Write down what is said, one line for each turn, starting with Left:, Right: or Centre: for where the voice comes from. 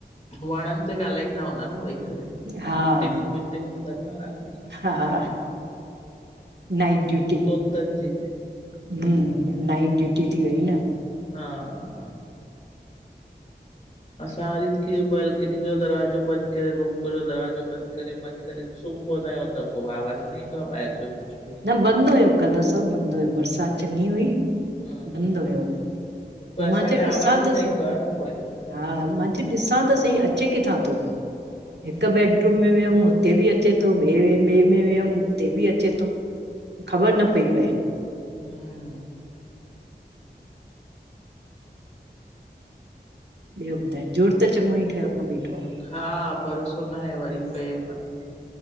Left: वणन ते ॻाल्हाईंदा हूंदा न वेही करे।
Right: हा
Left: मीटिंग मीटिंग हूंदन न रात जो।
Right: हा, नाइट ड्यूटी।
Left: तोतनि जी
Right: हम्म, नाइट ड्यूटी थी वई न।
Left: हा। असां हरीत की बालकनी जो दरवाजो बंद करे, रूम जो दरवाजो बंद करे, बंद करे सुम पवंदा आयूं त पो आवाज़ न ईंदो आ ॿाएर जो कुछ बि।
Right: न बंद हुयो कल्ल सब बंद हुयो, बरसाति चङी हुई,
Left: हम्म
Right: बंद हुयो। पो
Left: पर असांखे
Right: मां चयो
Left: आवाज़
Right: ॾिसां
Left: ई
Right: त
Left: न
Right: सही,
Left: ईंदो आ न पो हिन करे
Right: हा मां चयो ॾिसां त सही अचे किथां थो?
Left: हम्म
Right: हिक बेडरुम में वियमि हुते बि अचे थो, बे ॿिए में वियम हुते बि अचे थो। ख़बर न पई पए।
Left: हम <unintelligible>
Right: ॿियो ॿुधाए, जुङ त चङो ई ठहियो बीठो आ।
Left: हा भरोसो न आहे, वरी पए मथां।